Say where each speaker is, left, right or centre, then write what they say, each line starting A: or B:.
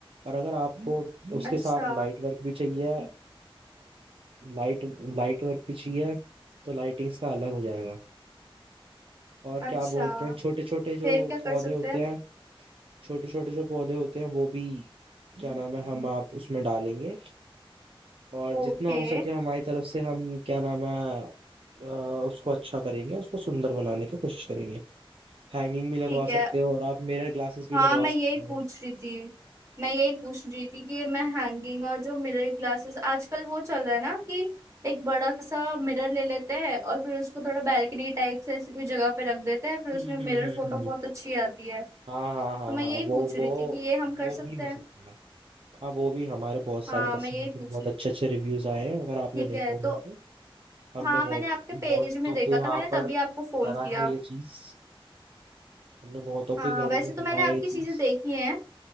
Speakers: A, on the right; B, on the right.
A: और अगर आपको उसके
B: अच्छा
A: साथ लाइट वर्क भी चाहिए लाइट लाइट वर्क भी चाहिए तो लाइटिंग्स का अलग हो जाएगा और
B: अच्छा
A: क्या बोलते हैं छोटे छोटे जो
B: फिर क्या कर
A: पौधे
B: सकते
A: होते
B: हैं
A: हैं छोटे छोटे जो पौधे होते हैं वो भी क्या नाम है हम आप उसमें डालेंगे और जितना
B: ओके
A: हो सके हमारी तरफ से हम क्या नाम है अ, उसको अच्छा करेंगे उसको सुंदर बनाने की कोशिश करेंगे हैंगिंग भी लगवा
B: ठीक
A: सकते
B: है
A: हो और आप मिरर ग्लासेस भी
B: हाँ
A: लगवा
B: मैं
A: सकते
B: यही
A: हो
B: पूछ रही थी मैं यही पूछ रही थी कि मैं हैंगिंग और जो मिरर ग्लासेस आजकल वो चल रहा है ना कि एक बड़ा सा मिरर ले लेते हैं और फिर उसको थोड़ा बैल्कनी टाइप से ऐसी कोई जगह पे रख देते हैं फिर
A: हम्म
B: उसमें मिरर
A: हम्म हम्म
B: फोटो
A: हम्म।
B: बहुत अच्छी आती है
A: हाँ हाँ
B: तो
A: हाँ
B: मैं
A: हाँ
B: यही
A: वो
B: पूछ
A: वो
B: रही थी कि ये हम कर
A: वो
B: सकते
A: भी हो
B: हैं
A: सकता है हाँ वो भी हमारे बहुत सारे
B: हाँ
A: कस्टमर
B: मैं यही
A: के
B: पूछ
A: बहुत
B: रही
A: अच्छे अच्छे रिव्यूज आए हैं अगर आपने
B: ठीक
A: देखा
B: है
A: होगा
B: तो
A: तो हमने
B: हाँ
A: बहुत
B: मैंने आपके पेज
A: बहुतों
B: में देखा
A: के यहाँ
B: था मैंने
A: पर
B: तभी आपको फोन
A: करा
B: किया
A: है ये चीज हमने बहुतों के
B: हाँ
A: घरों
B: वैसे
A: में
B: तो
A: करा
B: मैंने
A: है
B: आपकी
A: ये चीज
B: चीजें देखी हैं